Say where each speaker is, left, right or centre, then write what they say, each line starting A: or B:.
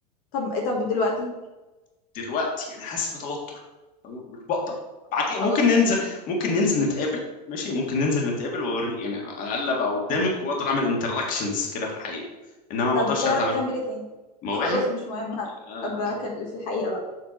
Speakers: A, on the left; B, on the left.
A: طب طب دلوقتي
B: دلوقتي يعني حاسس بتوتر أنا مش بقدر بعدين
A: اه خلاص
B: ممكن ننزل
A: ماشي
B: ممكن ننزل نتقابل ماشي ممكن ننزل نتقابل واوري يعني على الاقل ابقى قدامك واقدر اعمل انتراكشنز كده في الحقيقه انما ما
A: طب
B: اقدرش
A: بتعرف
B: اتعامل
A: تعمل ايه تاني
B: مواهب
A: خلاص مش مهم
B: آه
A: ابقى أكل- في الحقيقة بقى